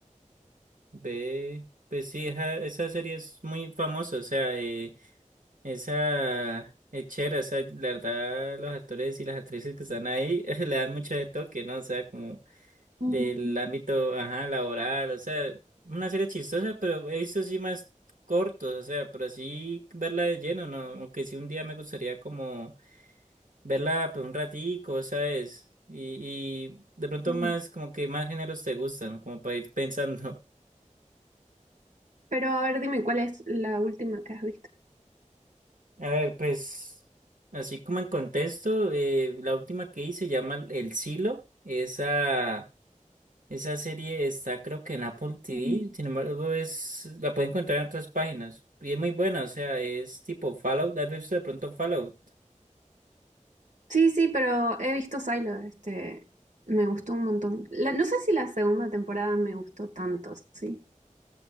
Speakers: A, on the right; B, on the right.
A: B, pues sí, esa, esa serie es muy famosa, o sea... eh, Esa es chévere, o sea, la verdad, los actores y las actrices que están ahí <laughs> le dan mucho de toque, ¿no? O sea, como
B: Mm,
A: del ámbito, ajá, laboral, o sea, una serie chistosa, pero he visto así más cortos, o sea, pero así verla de lleno, ¿no? Aunque sí un día me gustaría como verla, pues, un ratico, ¿sabes? Y, y de pronto
B: mm,
A: más, como que más géneros te gustan, como para ir pensando.
B: Pero a ver, dime, ¿cuál es la última que has visto?
A: A ver, pues, así como en contexto, eh, la última que hice se llama El Silo. Esa, esa serie está creo que en Apple TV,
B: mm.
A: sin embargo, es, la pueden encontrar en otras páginas. Y es muy buena, o sea, es tipo Fallout. ¿Has visto de pronto Fallout?
B: Sí, sí, pero he visto Silo, este, me gustó un montón. La- no sé si la segunda temporada me gustó tanto, sí.